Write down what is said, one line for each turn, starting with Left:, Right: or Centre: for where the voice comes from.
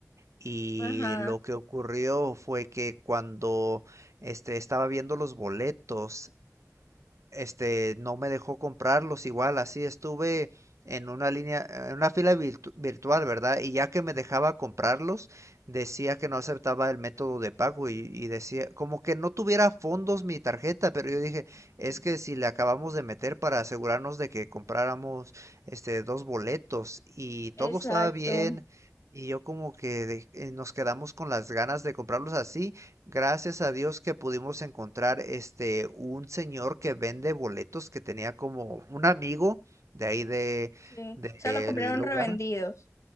Right: Y
Left: Ajá,
Right: lo que ocurrió fue que cuando este, estaba viendo los boletos, este, no me dejó comprarlos igual, así estuve en una línea, en una fila virtu- virtual, ¿verdad? Y ya que me dejaba comprarlos, decía que no aceptaba el método de pago y, y decía, como que no tuviera fondos mi tarjeta, pero yo dije, es que si le acabamos de meter para asegurarnos de que compráramos este dos boletos y todo
Left: exacto.
Right: estaba bien. Y yo como que de- eh, nos quedamos con las ganas de comprarlos así Gracias a Dios que pudimos encontrar este un señor que vende boletos que tenía como un amigo de ahí de
Left: Sí. O
Right: del
Left: sea, los compraron
Right: lugar.
Left: revendidos.